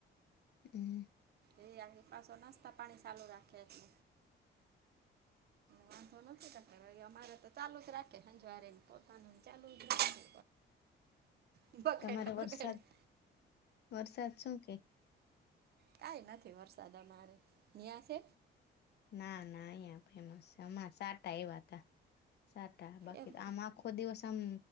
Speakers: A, on the left; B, on the right.
A: હમ્મ.
B: એ આખી પાછો નાસ્તા પાણી ચાલુ રાખે છે. વાંધો નથી તમતારે તો ચાલુ જ રાખે સંજવારી ને પોતાનું ચાલુ જ રાખે <unintelligible> બખેડા
A: તમારે વરસાદ
B: બખેડા
A: વરસાદ શું કે?
B: કઈ નથી વરસાદ અમારે ન્યાં છે?
A: ના ના અહીયાં ફેમસ હમણાં સાટા આયવા તા સાટા બાકી
B: એમ
A: આમાં આખો દિવસ આમ